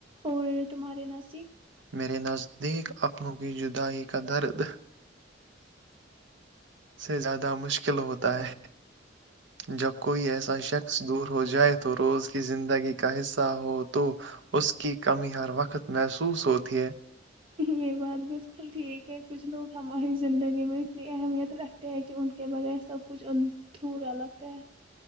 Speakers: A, on the right; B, on the right.
A: اور تمہارے نزدیک
B: میرے نزدیک اپنوں کی جدائی کا درد سے زیادہ مشکل ہوتا ہے جب کوئی ایسا شخص دور ہو جائے تو روز کی زندگی کا حصہ ہو تو اس کی کمی ہر وقت محسوس ہوتی ہے
A: یہ بات بالکل ٹھیک ہے کچھ لوگ ہماری زندگی میں اتنی اہمیت رکھتے ہیں کہ ان کے بغیر سب کچھدھورا لگتا ہے